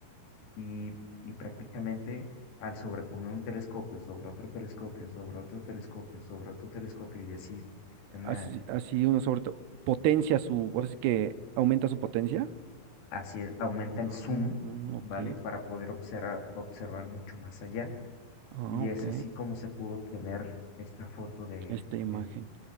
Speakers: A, on the left; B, on the right.
A: y, y prácticamente al sobreponer un telescopio sobre otro telescopio, sobre otro telescopio, sobre otro telescopio y así una,
B: Así, así uno sobre todo potencia su, ahora sí que aumenta su potencia.
A: así aumenta el
B: Ah,
A: zoom,
B: ok.
A: ¿vale? Para poder observar, observar mucho más allá.
B: Ah,
A: Y
B: ok.
A: es así como se pudo obtener esta foto de,
B: Esta imagen.
A: del,